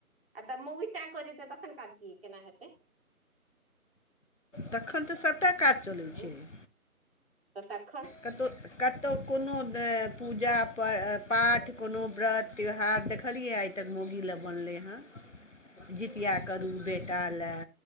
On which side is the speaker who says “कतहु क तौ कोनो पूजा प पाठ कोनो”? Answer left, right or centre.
Left